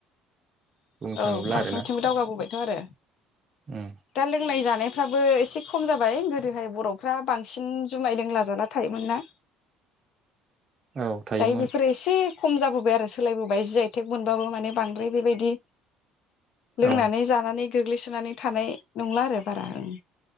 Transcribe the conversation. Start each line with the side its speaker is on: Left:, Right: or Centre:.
Right: बुंनो थाङोब्ला
Left: औ फारफ्रोमथिंबो
Right: आरोना
Left: दावगाबोबायथ' आरो
Right: उम
Left: दा लोंनाय जानायफ्राबो एसे खम जाबाय गोदोहाय बर'फ्रा बांसिन जुमाय लोंला जाला थायोमोन ना।
Right: औ थायोमोन
Left: दायो बेफोरो एसे खम जाबो <unintelligible> सोलायबोबाय जि आइटेक मोनबाबो माने बांद्राय बेबायदि लोंनानै
Right: औ
Left: जानानै गोग्लैसोनानै थानाय नंला आरो बारा ओं।